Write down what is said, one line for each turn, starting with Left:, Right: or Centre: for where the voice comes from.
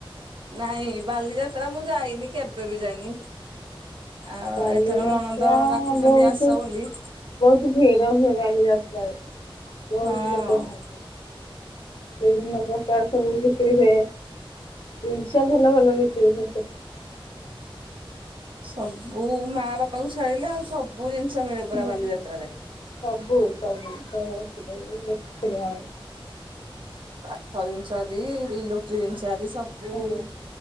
Right: ନାଇଁ ବାଲିଯାତ୍ରା ମୁଁ ଯାଇନି କେବେ ବି ଯାଇନି। ଆଉ
Left: ବାଲିଯାତ୍ରା
Right: ଏଥର ନଣନ୍ଦ ଡାକୁଛନ୍ତି
Left: ବହୁତ
Right: ଆସ ବୋଲି।
Left: ବହୁତ ଭିଡ ହୁଏ ବାଲି ଯାତ୍ରାରେ ବହୁତ
Right: ହଁ।
Left: ଲୋକ ହୁଅନ୍ତି। ବିଭିନ୍ନ ପ୍ରକାର ସବୁ ବିକ୍ରି ହୁଏ ଜିନିଷ ଭଲ ଭଲ ବିକ୍ରି ହୁଏ ସେଠି।
Right: ସବୁ ମା ବାପା କୁ ଛାଡିଲେ ଆଉ ସବୁ ଜିନିଷ ମିଳେ ପରା
Left: ହୁଁ
Right: ବାଲିଯାତ୍ରାରେ।
Left: ହୁଁ। ସବୁ ସବୁ ସବୁ ସବୁ ଆସେ ଆଉ
Right: କାଠ ଜିନିଷ ଆଦି ଇଲେକ୍ଟି ଜିନିଷ ଆଦି ସବୁ
Left: ହଁ